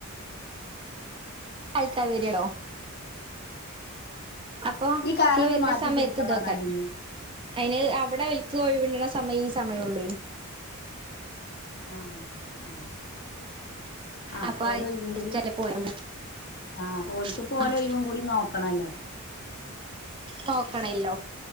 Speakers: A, on the right; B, on the left.
A: തഴത്ത വര്ടോ, അപ്പൊ
B: കാലൊന്ന്
A: ഈ വരുന്ന
B: മാറ്റി
A: സമയത്ത്തോക്കാൻ,
B: പിടിക്കാ പറഞ്ഞാണ്ട് ഇനി
A: അയ്ന് അവിടെ എൽക്ക് കോഴിവണ്ടണ സമയം ഈ സമയൊള്ളെ,
B: ആഹ്, ആഹ്, അഹ്,
A: അപ്പൊ
B: ഓലൊയ്യെങ്കില്,
A: ചില പോയാൻ
B: ആഹ്, ഓൽക്ക്പ്പോലയിവും
A: പറ്റും
B: കൂടി നോക്കണല്ലോ,
A: നോക്കണല്ലോ,